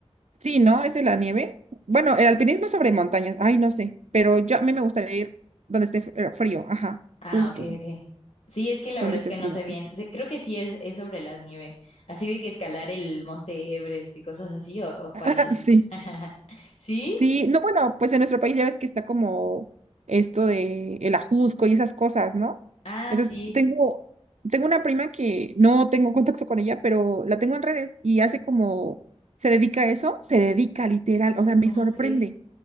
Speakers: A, on the right (about 85°); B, on the left (about 75°).
A: Sí, ¿no? ¿Es de la nieve? Bueno, el alpinismo es sobre montañas, ay, no sé, pero yo a mí me gustaría ir donde esté fr- frío, ajá,
B: Ah,
A: justo,
B: ok, ok. Sí, es que la
A: donde
B: verdad es
A: esté
B: que
A: frío.
B: no sé bien. Sé- Creo que sí es, es sobre la nieve. Así de que escalar el Monte Everest y cosas así, o, o cuál.
A: <laughs> Sí.
B: <laughs> ¿Sí?
A: Sí, no, bueno, pues en nuestro país ya ves que está como esto de el ajusco y esas cosas, ¿no?
B: Ah,
A: Entonces,
B: sí.
A: tengo, tengo una prima que no tengo contacto con ella, pero la tengo en redes y hace como, se dedica a eso, se dedica literal, o sea, me
B: ¿Cómo
A: sorprende.
B: crees?